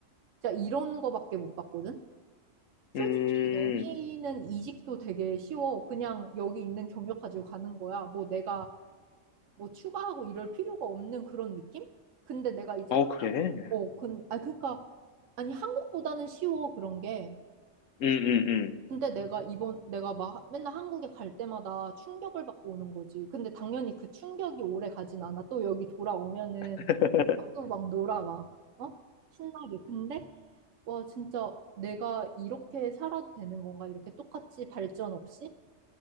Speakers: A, on the right (about 75°); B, on the left (about 80°).
A: 진짜 이런 거밖에 못 봤거든. 솔직히
B: 음,
A: 여기는 이직도 되게 쉬워. 그냥 여기 있는 경력 가지고 가는 거야. 뭐 내가 뭐 추가하고 이럴 필요가 없는 그런 느낌? 근데 내가 이제
B: 어, 그래.
A: 어, 근, 아, 그니까, 아니, 한국보다는 쉬워, 그런 게.
B: 응, 응, 응.
A: 근데 내가 이번, 내가 막 맨날 한국에 갈 때마다 충격을 받고 오는 거지. 근데 당연히 그 충격이 오래 가진 않아. 또 여기 돌아오면은
B: <laughs>
A: 또 막 놀아, 막, 어? 신나게. 근데, 와, 진짜 내가 이렇게 살아도 되는 건가? 이렇게 똑같이 발전 없이?